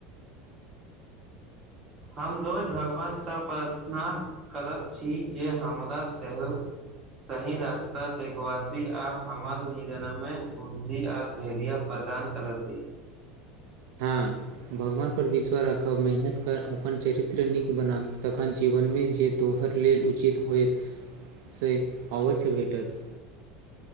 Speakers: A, on the right; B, on the right.
A: हम रोज भगवानसँ प्रार्थना करैत छी जे हमरा सेहो सही रास्ता देखवाती आ हमर निगनमे बुद्धि आ धरिया प्रधान करा दी
B: हाँ भगवानपर विश्वास राखब मेहनत कर अपन चरित्र नीक बनाब तखन जीवनमे जे तोहर लेल उचित होय से अवश्य भेटत